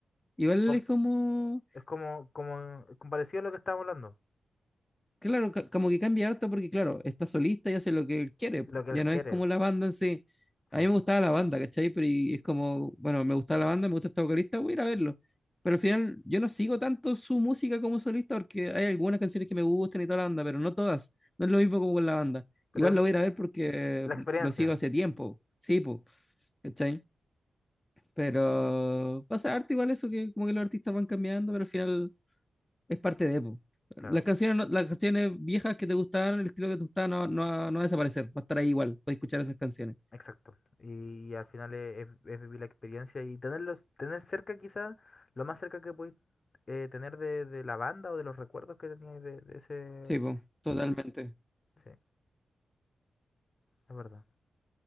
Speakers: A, on the left (about 15°); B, on the left (about 50°).
A: Igual
B: Com-
A: es como
B: es como, como, como parecido a lo que estábamos hablando,
A: Claro, ca- como que cambia harto porque, claro, está solista y hace lo que él quiere. po.
B: lo que
A: Ya
B: él
A: no
B: quiere,
A: es como la banda en sí. A
B: sí.
A: mí me gustaba la banda, ¿cachai? Pero y es como, bueno, me gustaba la banda, me gusta esta vocalista, voy a ir a verlo. Pero al final yo no sigo tanto su música como solista porque hay algunas canciones que me gustan y toda la banda, pero no todas. No es lo mismo como con la banda.
B: Pero
A: Igual lo voy a ir a ver porque
B: la experiencia,
A: lo sigo hace tiempo. Sí, pues, ¿cachai? Pero pasa harto igual eso que como que los artistas van cambiando, pero al final es parte de Epo. Las
B: claro.
A: canciones, no- las canciones viejas que te gustaban, el estilo que te gustaba, no, no va no va a desaparecer, va a estar ahí igual, puedes escuchar esas canciones.
B: Exacto. Y, al final es, es- es vivir la experiencia y tenerlos, tener cerca quizás lo más cerca que podéis eh, tener de, de la banda o de los recuerdos que teníais de, de ese...
A: Sí, po, totalmente.
B: Sí, es verdad.